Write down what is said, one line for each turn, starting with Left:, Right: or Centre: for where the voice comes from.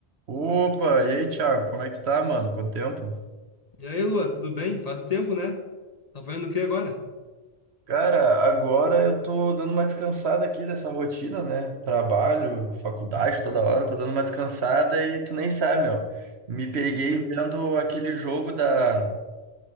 Right: Opa, e aí, Thiago, como é que tu tá, mano? Quanto tempo?
Left: E aí, Lua, tudo bem? Faz tempo, né? Tá fazendo o que agora?
Right: Cara, agora eu tô dando uma descansada aqui dessa rotina, né? Trabalho, faculdade toda hora, tô dando uma descansada e tu nem sabe, meu. Me peguei
Left: O quê?
Right: vendo aquele jogo da...